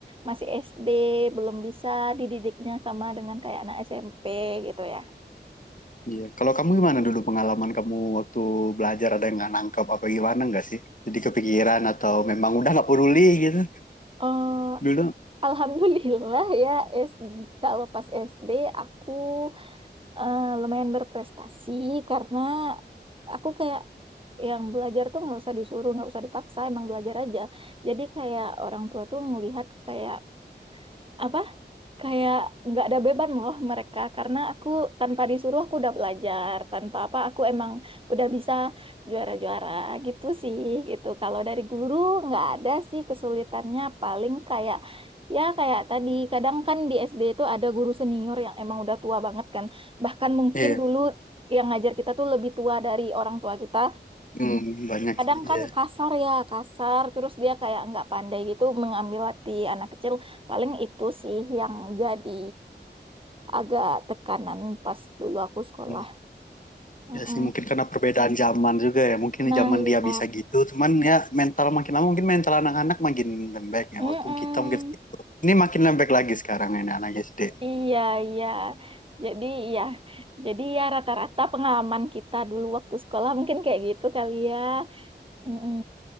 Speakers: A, on the right; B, on the left.
A: masih SD, belum bisa dididiknya sama dengan kayak anak SMP gitu ya.
B: Iya, kalau kamu gimana dulu pengalaman kamu waktu belajar ada yang nggak nangkep apa gimana nggak sih? Jadi kepikiran atau memang udah nggak peduli gitu
A: Eh,
B: dulu?
A: Alhamdulillah ya, SD, kalau pas SD aku eh, lumayan berprestasi karena aku kayak yang belajar tuh nggak usah disuruh, nggak usah dipaksa, emang belajar aja. Jadi kayak orang tua tuh melihat kayak apa? kayak nggak ada beban loh mereka karena aku tanpa disuruh aku udah belajar tanpa apa aku emang udah bisa juara-juara gitu sih gitu kalau dari guru nggak ada sih kesulitannya paling kayak ya kayak tadi kadang kan di SD itu ada guru senior yang emang udah tua banget kan bahkan mungkin
B: Iya,
A: dulu yang ngajar kita tuh lebih tua dari orang tua kita
B: hmm, Hmm. banyak
A: kadang
B: sih.
A: kan
B: Iya.
A: kasar ya kasar terus dia kayak nggak pandai gitu mengambil hati anak kecil paling itu sih yang jadi agak tekanan pas dulu aku sekolah
B: Hmm.
A: Mm-mm.
B: Ya sih mungkin karena perbedaan zaman juga ya. Mungkin
A: nah
B: di zaman
A: iya
B: dia bisa gitu, cuman ya mental makin lama mungkin mental anak-anak makin lembek ya.
A: Mm-mm.
B: Waktu kita mungkin gitu. Ini makin lembek lagi sekarang ini anak SD.
A: iya iya jadi ya jadi ya rata-rata pengalaman kita dulu waktu sekolah mungkin kayak gitu kali ya Mm-mm.